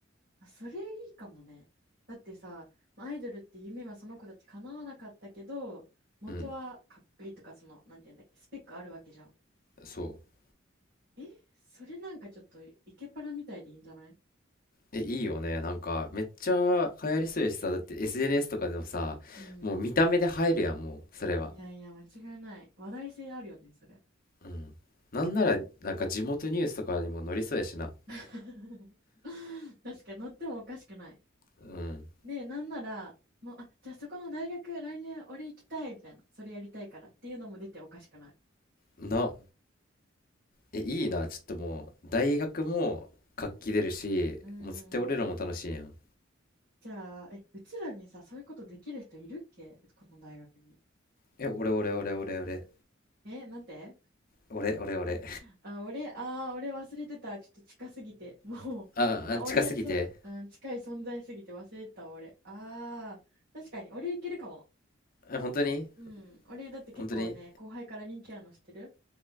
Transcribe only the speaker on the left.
ううん
そう
えいいよねなんかめっちゃ流行りそうやしさだって SNS とかでもさもう見た目で入るやんもうそれは
うん。なんなら、なんか地元ニュースとかにも載りそうやしな。
うん。
な、え、いいな。ちょっともう、大学も活気出るし、
もう絶対俺らも楽しいやん。
え、俺俺俺俺俺。
俺俺俺。
<laughs> あ、
あ近すぎて。
え、本当に
本当に